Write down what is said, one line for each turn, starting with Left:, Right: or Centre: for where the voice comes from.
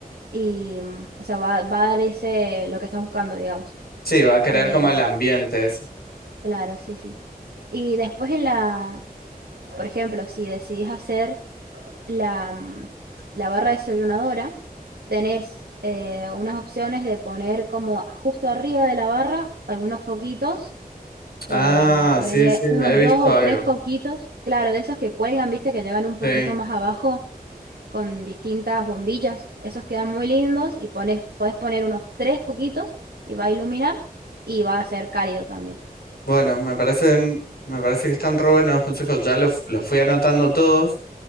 Right: y, mm, o sea, va, va a dar ese, lo que estás buscando, digamos.
Left: Sí, va a crear
Right: Em,
Left: como el ambiente eso.
Right: claro, sí, sí. Y después en la, por ejemplo, si decidís hacer la, mm, la barra desayunadora, tenés eh, unas opciones de poner como justo arriba de la barra algunos foquitos
Left: Ah,
Right: em, ponerle
Left: sí, sí,
Right: unos
Left: he visto
Right: dos o
Left: algo.
Right: tres foquitos, claro, de esos que cuelgan, viste, que llegan un
Left: Sí.
Right: poquito más abajo con distintas bombillas, esos quedan muy lindos y pones, podés poner unos tres foquitos y va a iluminar y va a ser cálido también.
Left: Bueno, me parecen, me parece que están re buenos los consejos. Ya los, los fui anotando todos.